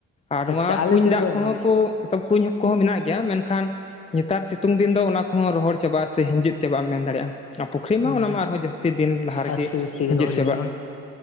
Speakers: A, on the left (about 20°); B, on the left (about 45°).
A: ᱟᱨ ᱱᱚᱣᱟ
B: ᱟᱪᱪᱷᱟ ᱟᱞᱮ
A: ᱠᱩᱧ
B: ᱥᱮᱫ
A: ᱫᱟᱜ
B: ᱫᱚ
A: ᱠᱚᱦᱚᱸ
B: ᱢᱟᱱᱮ
A: ᱠᱚ ᱠᱩᱧ ᱦᱚᱸᱼᱼ ᱠᱚᱦᱚᱸ ᱢᱮᱱᱟᱜ ᱜᱮᱭᱟ ᱢᱮᱱᱠᱷᱟᱱ ᱱᱮᱛᱟᱨ ᱥᱤᱛᱩᱝ ᱫᱤᱱ ᱫᱚ ᱚᱱᱟ ᱠᱚᱦᱚᱸ ᱨᱚᱦᱚᱲ ᱪᱟᱵᱟᱜᱼᱟ ᱥᱮ ᱦᱤᱸᱡᱤᱫ ᱪᱟᱵᱟᱜ ᱮᱢ ᱢᱮᱱᱟ ᱫᱟᱲᱮᱭᱟᱜᱼᱟ᱾ ᱟᱨ ᱯᱩᱠᱷᱨᱤ ᱢᱟ
B: ᱦᱩᱸ
A: ᱚᱱᱟ ᱢᱟ ᱟᱨᱦᱚᱸ ᱡᱟᱹᱥᱛᱤ ᱫᱤᱱ ᱞᱟᱦᱟ ᱨᱮᱜᱮ
B: ᱟᱥᱛᱮ ᱡᱟᱹᱥᱛᱤ ᱜᱮ
A: ᱦᱤᱸᱡᱮᱫ
B: ᱨᱚᱦᱚᱲ ᱦᱩᱭᱩᱜᱼᱟ
A: ᱪᱟᱵᱟᱜ
B: ᱵᱟᱝ
A: ᱼᱼ